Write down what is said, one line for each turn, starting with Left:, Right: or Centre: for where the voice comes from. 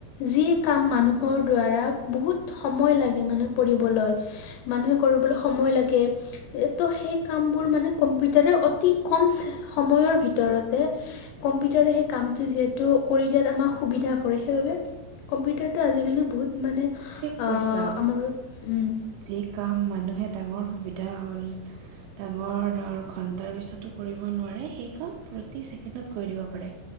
Left: যি কাম মানুহৰ দ্বাৰা বহুত সময় লাগে মানে কৰিবলৈ। মানুহে কৰিবলৈ সময় লাগে। <unintelligible> ত' সেই কামবোৰ মানে কম্পিউটাৰে অতি কম সময়ৰ ভিতৰতে কম্পিউটাৰে সেই কামটো যিহেতু কৰি দিয়াত আমাক সুবিধা কৰে সেইবাবে কম্পিউটাৰটো আজিকালি বহুত মানে অ'
Right: ঠিক কৈছা
Left: আমাৰ <unintelligible> উম।
Right: যি কাম মানুহে ডাঙৰ সুবিধা হ'ল। ডাঙৰ ধৰ ঘণ্টাৰ পিছতো কৰিব নোৱাৰে সেই কাম প্ৰতি ছেকেণ্ডত কৰি দিব পাৰে।